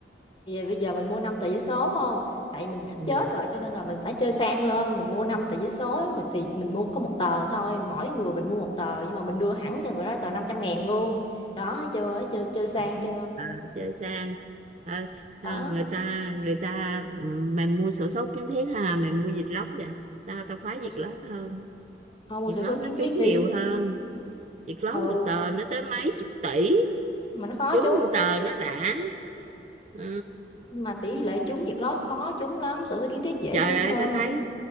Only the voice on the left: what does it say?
Thì bây giờ mình mua 5 tờ vé số, phải hông? Tại mình sắp
chết rồi cho nên là mình phải chơi sang lên, mình mua 5 tờ vé số, á, mình thì mình mua có một tờ thôi, mỗi người mình mua một tờ nhưng mà mình đưa hẳn cho người đó tờ năm trăm ngàn luôn. Đó, thấy chưa? Thấy chơi chơi sang
chưa?
Đó,
mua
s
thôi mua
xổ
số
kiến thiết
đi.
Ừ,
mà nó khó
trúng,
nhưng mà tỷ lệ trúng Vietlott lót khó trúng lắm, xổ số kiến thiết dễ
trúng
hơn,